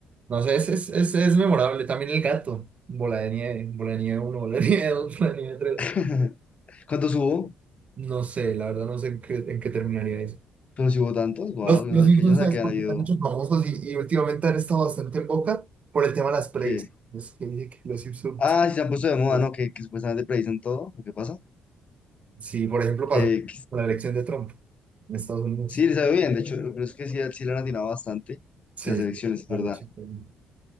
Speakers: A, on the right (about 45°); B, on the left (about 45°).
A: No sé, es, es, es, es memorable. También el gato, bola de nieve, bola de nieve uno bola de nieve dos bola de nieve tres
B: <laughs> ¿Cuántos hubo?
A: No sé, la verdad no sé en qué, en qué terminaría eso.
B: Pero si hubo tantos, wow,
A: Los,
B: yo
A: los
B: no sabía
A: Simpsons
B: que, yo no sabía
A: sabes
B: que
A: por
B: han habido,
A: qué están hechos famosos y, y últimamente han estado bastante en boca por el tema de las pregs.
B: que...
A: Es que dice que los Simpsons,
B: Ah,
A: sí,
B: sí se han puesto de moda,
A: pues,
B: ¿no? Que, que supuestamente predicen todo, ¿qué pasa?
A: sí, por ejemplo, pasó
B: Que,
A: con la elección de Trump en Estados Unidos.
B: Sí, le sabe bien, de hecho, pero es que sí, sí le han atinado bastante
A: Sí,
B: las elecciones,
A: sí,
B: es
A: claro,
B: verdad.
A: sí, claro. No,